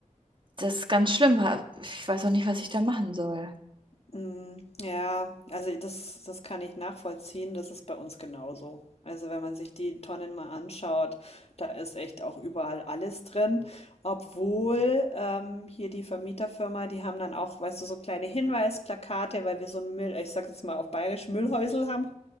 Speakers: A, on the right; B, on the left.
A: das ist ganz schlimm. Ich weiß auch nicht, was ich da machen soll.
B: hm. Ja, also das, das kann ich nachvollziehen. Das ist bei uns genauso. Also wenn man sich die Tonnen mal anschaut, da ist echt auch überall alles drin. Obwohl ähm, hier die Vermieterfirma, die haben dann auch, weißt du, so kleine Hinweisplakate, weil wir so ein Müll, ich sag jetzt mal auf Bayerisch, Müllhäusel haben.